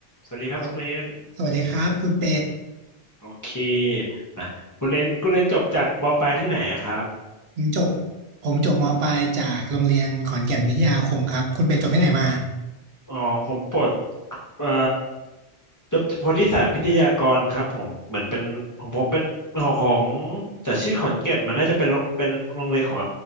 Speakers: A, on the left; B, on the right.
A: สวัสดีครับคุณเรน
B: สวัสดีสวัสดีครับคุณเป็ด
A: โอเคอ่ะคุณเรนคุณเรนจบจากมปลายที่ไหนอะครับ
B: ผมจบผมจบมปลายจากโรงเรียนขอนแก่นวิทยาคมครับคุณเป็ดจบที่ไหนมา
A: อ๋อผมปลดเอ่อจบโพธิสารพิทยากรครับผมเหมือนเป็นของผมเป็นของของแต่ชื่อขอนแก่นมันน่าจะเป็นโรงเป็นโรงเรียนของ